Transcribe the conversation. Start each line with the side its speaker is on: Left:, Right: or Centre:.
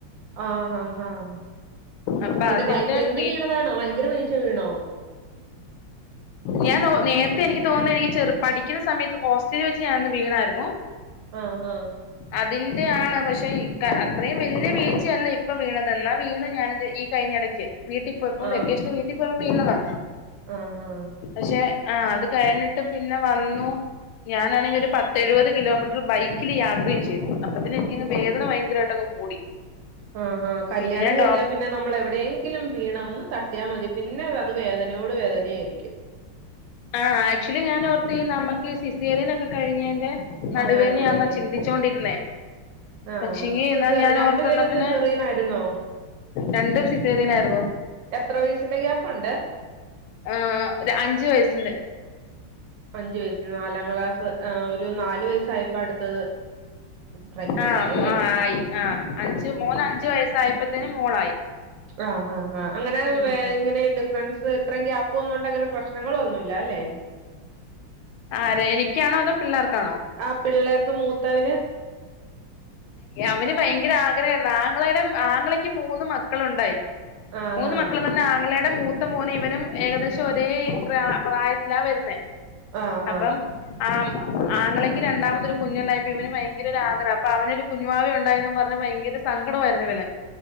Right: ആഹ് ആഹ് ആഹ്
Left: അപ്പൊ
Right: പിന്നെ
Left: അതിന്റെ
Right: ബൈ തെന്നി
Left: ട്രീറ്റ്
Right: വീണതാണോ ഭയങ്കെര വീഴ്ച വീണോ?
Left: ഞാന് ഒ നേരത്തെ എനിക്ക് തോന്ന്ന്നു എനിക്ക് ചെറു പഠിക്കുന്ന സമയത്ത് ഹോസ്റ്റലിൽ വെച്ച് ഞാനൊന്ന് വീണായിര്ന്നു.
Right: ആഹ്, ആഹ്
Left: അതിന്റെ ആണ് പക്ഷെ അത്രേം വെല്ല്യ വീയ്‌ച്ചയല്ല ഇപ്പ വീണത് ന്നാ വീണു ഞാന് ഇത് ഇ കയിഞ്ഞ എടക്ക് വീട്ടിപോയപ്പോ
Right: ആഹ്
Left: വെക്കേഷെന് വീട്ടി പോയപ്പോ വീണതാ.
Right: ആഹ്, ആഹ്
Left: പക്ഷെ ആ അത് കഴ്‌ഞ്ഞിട്ട് പിന്നെ വന്നു. ഞാനാണെങ്കി ഒര് പത്ത് എഴുവെത് കിലോമീറ്ററ് ബൈക്കില് യാത്രീം ചെയ്തു അപ്പത്തിന് എൻക്കങ് വേദന ഭയങ്കരായിട്ടങ്ങ് കൂടി.
Right: ആഹ്, ആഹ് കല്ല്യാണം
Left: പിന്നെ
Right: കഴ്‌ഞ്ഞാ
Left: ഡോക്
Right: പിന്നെ നമ്മള് എവടെം ങ്കിലും വീണ ഒന്ന് തട്ടിയാ മതി പിന്നെ അത് വേദനയോട് വേദനയായിര്ക്ക്യും
Left: ആ ആക്ച്വലി ഞാനോർത്ത് ഈ നമ്മക്കീ സിസേറിയെന് ഒക്കെ കഴ്‌ഞ്ഞേന്റെ നടു
Right: ആഹ് നടുവേദനയായിരിക്കും
Left: വേനായാന്നാ ചിന്തിച്ചോണ്ടിര്ന്നേ.
Right: ആഹ്
Left: പക്ഷെങ്കി
Right: സിസേറി
Left: ന്നാ ഞാൻ
Right: രണ്ടുപേരും
Left: ഓർത്ത് ന്നാ പിന്നെ
Right: സിസേറിയൻ ആയിരുന്നോ
Left: രണ്ടും സിസേറിയെനായ്‌ര്ന്നു.
Right: എത്ര വയസിന്റെ ഗ്യാപ്പുണ്ട്
Left: ആഹ് ഒരു അഞ്ചു വയസിന്റെ
Right: അഞ്ചു വയസ് നാലാം ക്ലാസ് ആ ഒരു നാലു വയസ്സായപ്പ അടുത്തത് പ്രഗ്നന്റ്
Left: ആഹ്
Right: ആയി അല്ലേ
Left: ആ ആയി ആഹ് അഞ്ച് മോന് അഞ്ചു വയസ്സായപ്പത്തേന് മോളായി
Right: ആ ഹാ ഹാ അങ്ങനെ
Left: ഉം
Right: വെ
Left: ഉം
Right: ഇങ്ങനെ ഇട് ഫ്രണ്ട്സ് ഇത്രേം ഗ്യാപ്പ് വന്നോണ്ട് അങ്ങനെ പ്രശ്നങ്ങള് ഒന്നുല്ല അല്ലെ
Left: ആരെ എനിക്കാണോ അതോ പിള്ളേർക്കാണോ
Right: ആ പിള്ളേർക്ക് മൂത്തവന്
Left: അവന് ഭയങ്കര ആഗ്രഹെര്ന്നു ആങ്ങളയുടെ ആങ്ങളക്ക് മൂന്ന് മക്കളുണ്ടായി
Right: ആഹ്
Left: മൂന്ന് മക്കള്ന്ന ആങ്ങളെടെ മൂത്ത മോനും ഇവനും ഏകദേശം ഒരേ പ്രാ പ്രായത്തിലാ വര്ന്നേ
Right: ആഹ്
Left: അപ്പം
Right: ആഹ്
Left: ആ ആങ്ങളേക്ക് രണ്ടാമതൊരു കുഞ്ഞുണ്ടായപ്പോ ഇവന് ഭയങ്കര ഒരാഗ്രഹം ഇപ്പ അവനൊരു കുഞ്ഞുവാവ ഉണ്ടായീന്നും പർഞ്ഞ് ഭയങ്കര സങ്കടോയിരുന്നു ഇവന്